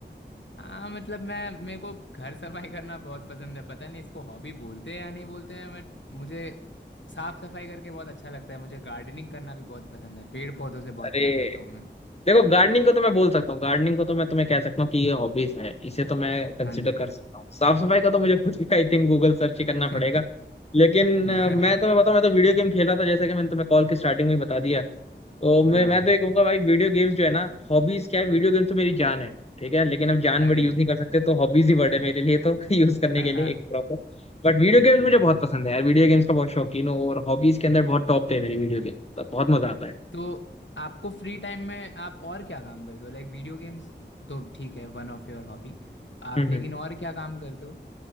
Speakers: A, on the left; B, on the left.
A: हाँ मतलब मैं मेरे को घर सफाई करना बहुत पसंद है पता नहीं इसको हॉबी बोलते हैं या नहीं बोलते हैं बट मुझे साफ सफाई करके बहुत अच्छा लगता है मुझे गार्डनिंग करना भी बहुत पसंद है पेड़ पौधों से बहुत
B: अरे
A: प्यार करता हूँ मैं
B: देखो गार्डनिंग को तो मैं बोल सकता हूँ गार्डनिंग को तो मैं तुम्हें कह सकता हूँ कि ये हॉबीज है इसे तो मैं कंसिडर
A: हाँ जी
B: कर सकता हूँ साफ सफाई का तो मुझे खुद ही आई थिंक गूगल सर्च ही करना
A: <laughs>
B: पड़ेगा लेकिन
A: हाँ
B: अ, मैं तुम्हें बताऊं मैं तो वीडियो गेम खेल रहा था जैसा कि मैंने तुम्हें कॉल की स्टार्टिंग में ही बता दिया तो मैं
A: हाँ
B: मैं तो ये
A: हाँ
B: कहूंगा भाई वीडियो गेम्स जो है ना हॉबीज क्या है वीडियो गेम्स तो मेरी जान है ठीक है लेकिन अब जान
A: अरे
B: वर्ड यूज नहीं कर सकते तो हॉबीज ही वर्ड है मेरे लिए तो <laughs> यूज
A: <laughs>
B: करने के लिए एक
A: हाँ
B: प्रॉपर बट वीडियो गेम्स
A: जी
B: मुझे
A: हाँ
B: बहुत
A: जी
B: पसंद है यार वीडियो गेम्स का बहुत शौकीन हूँ और हॉबीज के अंदर बहुत टॉप पे है मेरी वीडियो गेम बहुत मजा आता है
A: तो आपको फ्री टाइम में आप और क्या काम करते हो लाइक वीडियो गेम्स तो ठीक है वन ऑफ योर हॉबी आप
B: हम्म
A: लेकिन
B: हम्म।
A: और क्या काम करते हो